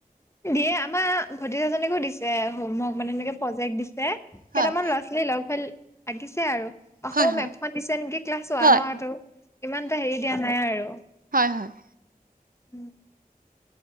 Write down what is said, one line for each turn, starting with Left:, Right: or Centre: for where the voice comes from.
Left: দিয়ে আমাৰ ভতিজাজনীকো দিছে হোমৱৰ্ক মানে এনেকে প্ৰজেক্ট দিছে কেইটামান
Right: হয়
Left: ল'ৰা ছোৱালী লগ হৈ লাগিছে আৰু অসমৰ
Right: হয় হয়
Left: মেপখন দিছে নেকি ক্লাছ ওৱানৰটো
Right: হয়
Left: ইমানটা হেৰি দিয়া নাই আৰু
Right: আ',
Left: উম',